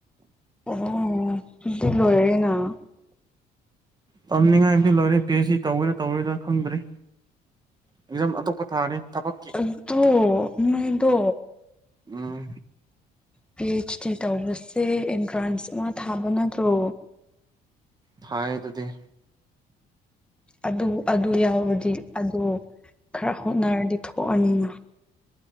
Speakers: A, in the centre; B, on the right.
A: ꯑꯣ ꯑꯗꯨꯗꯤ ꯂꯣꯏꯔꯦꯅ
B: ꯇꯝꯅꯤꯡꯉꯥꯏꯗꯤ ꯂꯣꯏꯔꯦ ꯄꯤ ꯑꯩꯆ ꯇꯧꯒꯦꯔꯥ ꯇꯧꯔꯣꯏꯗꯥ ꯈꯪꯗ꯭ꯔꯤ ꯑꯦꯖꯝ ꯑꯇꯣꯞꯄ ꯊꯥꯅꯤ ꯊꯕꯛꯀꯤ
A: ꯑꯗꯣ ꯅꯣꯏꯗꯣ
B: ꯎꯝ
A: ꯄꯤ ꯑꯩꯆ ꯗꯤ ꯇꯧꯕꯁꯦ ꯑꯦꯟꯇ꯭ꯔꯥꯟꯁ ꯑꯃ ꯊꯥꯕ ꯅꯠꯇ꯭ꯔꯣ
B: ꯊ ꯑꯗꯨꯗꯤ
A: ꯑꯗꯨ ꯑꯗꯨ ꯌꯥꯎꯔꯗꯤ ꯑꯗꯨ ꯈꯔ ꯍꯣꯠꯅꯔꯗꯤ ꯊꯣꯛꯑꯅꯤꯅ